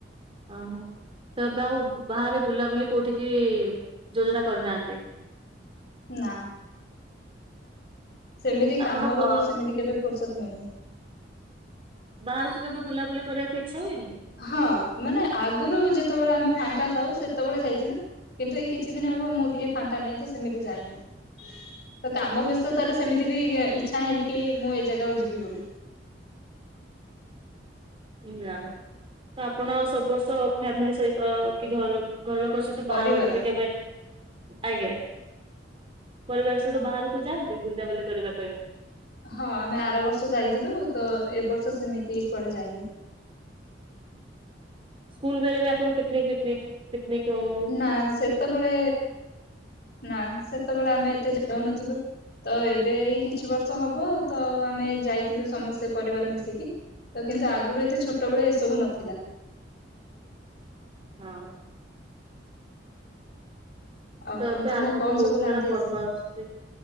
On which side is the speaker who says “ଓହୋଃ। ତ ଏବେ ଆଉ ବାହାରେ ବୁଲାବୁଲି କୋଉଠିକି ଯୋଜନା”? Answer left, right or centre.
Right